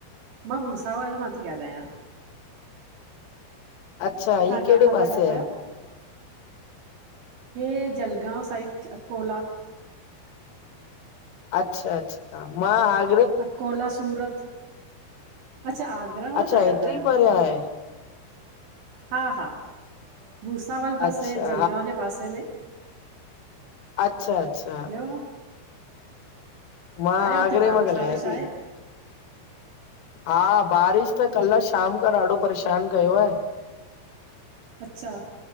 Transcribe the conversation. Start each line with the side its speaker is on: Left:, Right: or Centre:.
Right: मां भुसावल मां थी ॻाल्हायां।
Left: अच्छा ही
Right: तां
Left: कहिड़े
Right: कांथा
Left: पासे
Right: था ॻाल्हायो?
Left: आहे
Right: हे जलगांव साइड अकोला
Left: अच्छा अच्छा, मां आ
Right: अकोला, सूरत, अच्छा आगरा मां
Left: अच्छा
Right: था
Left: हेतिरी
Right: ॻाल्हायो।
Left: परे आहे
Right: हा हा, भूसावल बस
Left: अच्छा
Right: हे जलगांव जे पासे में
Left: अचछा अच्छा।
Right: ॿियो
Left: मां
Right: आहे हुते
Left: आगरे
Right: बारिश
Left: मां ॻाल्हायां
Right: वारिश
Left: ती।
Right: आहे?
Left: हा बारिश त कल शाम खां ॾाढो परेशानु कयो आहे।
Right: अच्छा